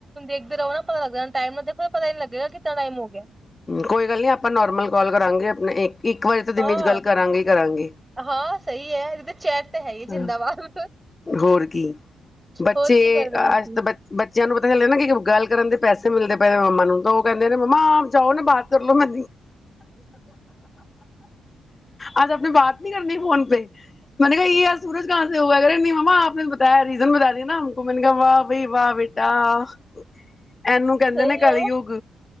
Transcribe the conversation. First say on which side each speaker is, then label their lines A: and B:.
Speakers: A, on the right; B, on the left.
A: ਇੱਕਦੇ ਰਹੋ ਨਾ ਪਤਾ ਲੱਗ ਟਾਈਮ ਦੇੋ ਪਤਾੀ ਲੱਗੇਗਾ ਕਿਨਾ ਟਾਈਮ ਹੋ ਗਿਆ
B: ਕੋਈ ਗੱਲ ਨ ਆਪਾਂ ਨੋਰਮਲ ਕਾਲ ਕਰਾਂਗੇ ਆਪਣੇ ਇੱਕ ਇੱਕ ਵਾਰੀ ਤਾਂ ਦਿਮੀੇ
A: ਹਾਂ
B: 'ਚ ਗੱਲ ਕਰਾਂਗੇ ਹੀ ਕਰਾਂਗੇ
A: ਹਾਂ ਸਹੀ ਹੈ। ਚੈਟ ਤੇ ਹੈ ਹੀ
B: ਹ
A: ਜਿੰਦਾਬਾਦ
B: ਹੋਰ ਕੀ, ਬੱਚੇ
A: ਹੋਰ ਕੀ ਕਰਦੇ ਹੋ ਤੁਸੀਂ
B: ਅੱਜ ਤਾਂ ਬ ਬੱਚੇਆਂ ਨੂੰ ਪਤਾ ਹਲੇ ਨਾ ਕਿ ਗੱਲ ਕਰਨ ਦੇ ਪੈਸੇ ਮਿਲਦੇ ਪਏਦੇ ਮੱਮਾ ਨੂੰ ਤੋ ਕੈਂਦੇ ਨੇ ਮੰਮਾ ਜਾਓ ਨਾ ਬਾਤ ਕਰ ਲੋ ਮੈਂ ਆਜ ਆਪਨੇ ਬਾਤ ਨੀ ਕਰਨੀ ਫੋਨ ਪੇ, ਮੈਨੇ ਕਹਾ ਸੂਰਜ ਕਾਂਸੇ ਹੋਗਾ ਅਗਰੇ ਨ, ਨਹੀਂ ਮੰਮਾ ਆਪ ਨੇ ਬਤਾਆ <unintelligible> ਰੀਜ਼ਨ ਬਤਾਦ ਨਾਮ ਮੈਨੂੰ ਕਿਹਾ ਵਾਹ ਬਈ ਵਾਹ ਬੇਟਾ। ਇਹਨੂੰ ਕਹਿੰਦੇ
A: ਸਹੀ
B: ਨੇ ਕਲਯੁਗ।
A: ਹੈ